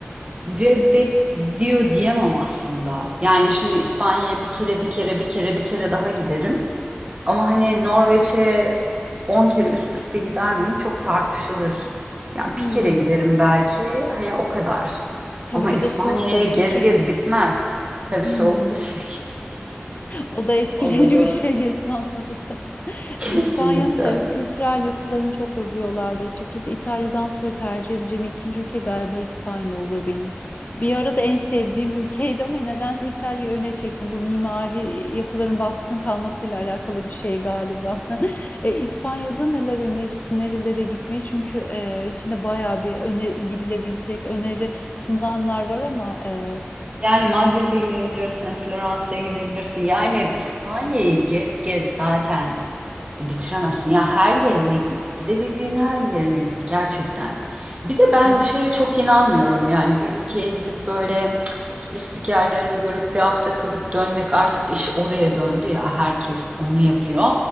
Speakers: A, on the right; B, on the left.
A: cezbet diyor diyemem aslında. Yani şimdi İspanya'ya bir kere bir kere bir kere bir kere daha giderim. Ama hani Norveç'e 10 kere üst üste gider miyim? Çok tartışılır. Yani bir
B: Hmm.
A: kere giderim belki. Hani o kadar.
B: Tabii
A: Ama
B: bir
A: İspanya'ya
B: de soğuk da bir
A: gez
B: ülke.
A: gez bitmez. Tabii
B: Hmm.
A: soğuktur <laughs> tabii.
B: O da etkileyici
A: O da doğru.
B: bir şey gezme anlamında. <laughs>
A: <laughs> Kesinlikle
B: E, İspanya'nın
A: öyle.
B: da evet kültürel yapılarını çok övüyorlardı. Açıkçası İtalya'dan sonra tercih edeceğim ikinci ülke galiba İspanya olur benim. Bir ara da en sevdiğim ülkeydi ama nedense İtalya'yı öne çektim. Bu mimari yapıların baskın kalmasıyla alakalı bir şey galiba. <laughs> E, İspanya'da neler önerirsin, nerelere gitmeyi? Çünkü e, içinde bayağı bir öne gidilebilecek öneri sunulanlar var ama e,
A: Yani Madrid'e gidebilirsin, Floransa'ya gidebilirsin. Yani İspanya'yı gez gez zaten E, Bitiremezsin ya her yerine git gidebildiğin her yerine git gerçekten. Bir de ben
B: ya
A: şeye çok inanmıyorum yani bir ülkeye gidip böyle cık, turistik yerlerini görüp bir hafta kalıp dönmek artık iş oraya döndü ya herkes onu yapıyor.